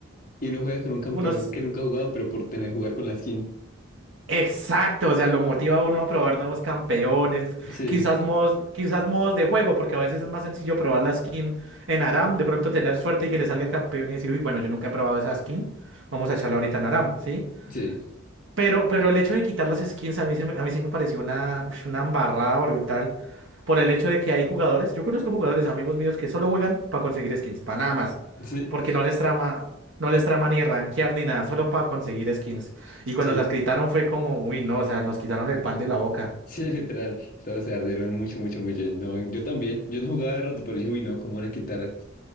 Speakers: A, on the left; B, on the right.
A: y uno juega con un campeón
B: unos.
A: que nunca ha jugado, pero por tener jugar con la skin.
B: Exacto, o sea, lo motiva a uno a probar nuevos campeones,
A: Sí,
B: quizás modos, quizás modos de juego, porque a veces es más sencillo probar la skin en Aram, de pronto tener suerte y que le salga el campeón y decir, uy, bueno, yo nunca he probado esa skin, vamos a echarla ahorita en Aram, ¿sí?
A: sí,
B: Pero, pero el hecho de quitar las skins a mí, se me- a mí sí me pareció una, ush, una embarrada brutal por el hecho de que hay jugadores, yo conozco jugadores, amigos míos, que solo juegan para conseguir skins, para nada más,
A: sí,
B: porque no les trama, no les trama ni rankear ni nada, solo para conseguir skins.
A: sí.
B: Y cuando las quitaron
A: <laughs>
B: fue como, uy, no, o sea, nos quitaron el pan de la boca.
A: Sí, literal, todos se ardieron mucho, mucho, mucho. No, yo también, yo no jugaba hace rato, pero dije, uy, no, cómo van a quitar